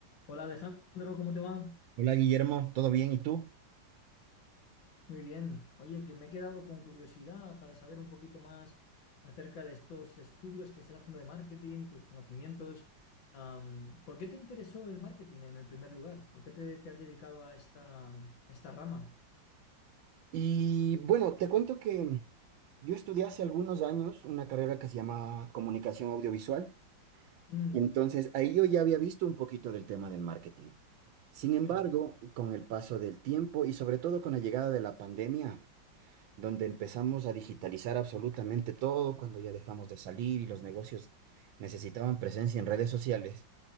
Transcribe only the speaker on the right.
Hola Guillermo, ¿todo bien? ¿Y tú?
Y bueno, te cuento que yo estudié hace algunos años una carrera que se llama comunicación audiovisual.
Entonces, ahí yo ya había visto un poquito del tema del marketing. Sin embargo,
con el paso del tiempo y sobre todo con la llegada de la pandemia, donde empezamos a digitalizar absolutamente todo, cuando ya dejamos de salir y los negocios necesitaban presencia en redes sociales,